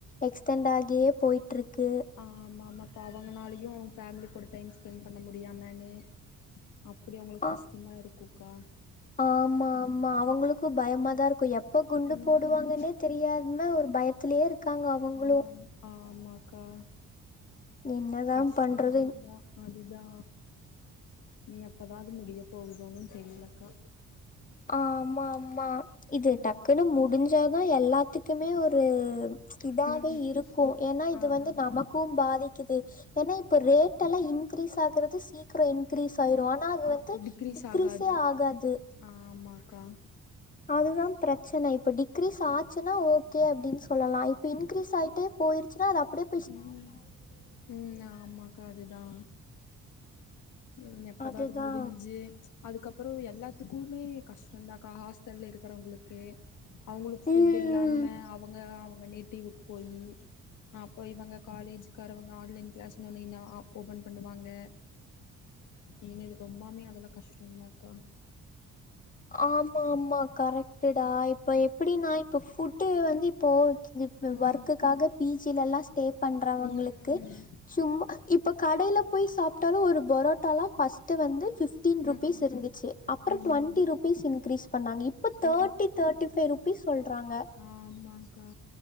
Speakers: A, on the left; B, on the left.
A: எக்ஸ்டெண்ட் ஆயிட்டே போய்ட்டுருக்கு
B: ஆ ஆமா ஆமா இப்ப அவங்கனாலயையு அவங்க ஃபேமிலி கூட டைம் ஸ்பெண்ட் பண்ண முடியாமன்னு அப்டி அவங்களுக்கு
A: ஆ
B: கஷ்டமா இருக்குக்கா
A: ஆமா ஆமா அவங்களுக்கு பயமா தா இருக்கு எப் எப்போ குண்டு
B: ம்
A: போடுவாங்கன்னே தெரியாம ஒரு பயத்லயே இருக்காங்க அவுங்களு
B: ஆம் ஆமாக்கா
A: என்னதாம்
B: கஷ்டந்தா
A: பண்றதுங்
B: அதுதா நீ எப்பதா அது முடியப் போகுதோனு தெரிலக்கா
A: ஆமா ஆமா இது
B: ம்
A: டக்குன்னு முடிஞ்சு சாதா எல்லாத்துக்குமே ஒரு இதாவே
B: ம் ம்
A: இருக்கு ஏன்னா இது
B: ஆமா
A: வந்து நமக்கும் பாதிக்கிது என்னா இப்ப ரேட்டெல்லா இன்கிரீஸ் ஆகறது சீக்ரோ இன்கிரீஸ் ஆயிரு ஆனா அது
B: ஆ
A: வந்து
B: டிக்ரீஸ்
A: டிக்ரீஸே
B: ஆகாது
A: ஆகாது
B: ஆமாக்கா
A: அதுதாம் பிரச்சன இப்ப டிக்ரீஸ் ஆச்சுன்னா ஓகே அப்டின்ச் சொல்லலா இப்ப இன்கிரீஸ் ஆயிட்டேப் போயிருச்சுனா அது அப்டியேப்
B: ம் ம் ஆமாக்கா அதுதா ம் எப்போதா
A: அதுதா
B: அது முடிஞ்சி அதுக்கப்புறோ எல்லாத்துக்குமே கஷ்டந்தாக்கா ஹாஸ்டல்ல இருக் க்கறவுங்ளுக்கு அவுங்குளுக் ஃபுட்
A: ம்
B: இல்லாம அவுங்க அவுங்க நேட்டிவுக் போயி அப்போ இவங்க காலேஜக்காரவங்க ஆன்லைன் கிளாஸ்னு ஒன்னு இன்னா ஆ ஓப்பன் பண்ணுவாங்க இனி இது ரொம்பாமே அதுல கஷ்டந்தாக்கா
A: ஆமா ஆமா கரெக்ட்டுடா இப் போ எப்டினா இப்போ ஃபுட்டு வந்து இப்போ இதுப்ப
B: ம்
A: ஒர்க்குக்காக பி ஜிலல்லா ஸ்டேப் பண்றவங்களுக்கு
B: ம்
A: சும்மா இப்போக் கடைலப் போய் சாப்ட்டாலு ஒரு பரோட்டாலா ஃபஸ்ட்டு வந்து ஃபிஃப் டீன் ருப்பீஸ்
B: ம் ம்
A: இருந்துச்சு அப்பறம்
B: ஆமா
A: டுவென்
B: ஆமா
A: பீஸ் இன்கிரீஸ் பண்ணாங்க இப்போத் தேர்டி
B: ம்
A: தேர்டி ஃபை ருப்பீஸ் சொல்றாங்க
B: ஆமாங்க்கா